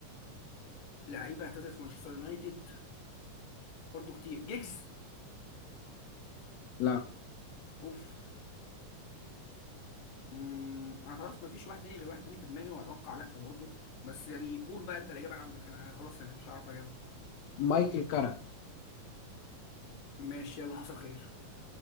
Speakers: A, on the left; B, on the left.
A: لعيبه اعتزلت في مانشستر يونايتد برضو كتير جيجز
B: لا
A: اوف مم. انا خلاص ما فيش واحد تاني غير واحد تاني في دماغي وهتوقع لا برضو بس يعني قول بقى انت الاجابه اللي عندك انا خلاص انا مش عارف اجاوب
B: مايكل كارك
A: ماشي يلا حصل خير